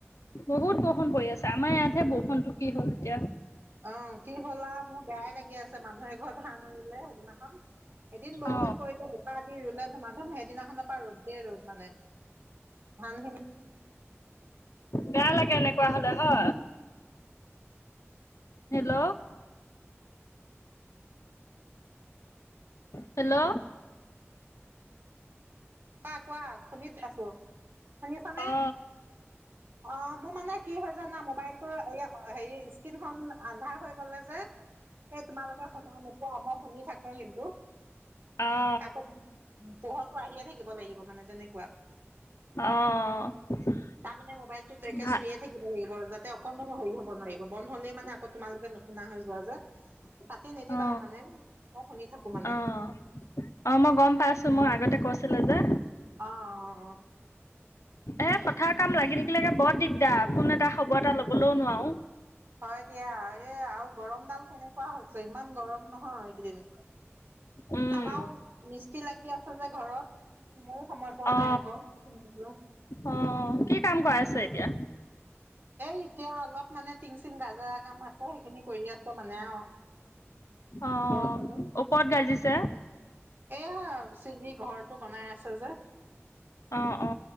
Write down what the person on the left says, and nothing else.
বহুত বৰষুণ পৰি আছে আমাৰ ইয়াতহে
বৰষুণটো কি হ'ল এতিয়া
অ
বেয়া লাগে এনেকুৱা হলে হয় হেল্ল', হেল্ল',
অ
অ
অ',
ভা
অ
অ - অ মই গম পাইছো মোক আগতে কৈছিলে যে।
এ পথাৰ কাম লাগি থাকিলেকে বৰ দিগদাৰ ফোন এটা খবৰ এটা লবলৈও নোৱাৰো।
উম
অ
অ কি কাম কৰা আছে এতিয়া।
অ,
ওপৰত গাজিছে।
অ অ অ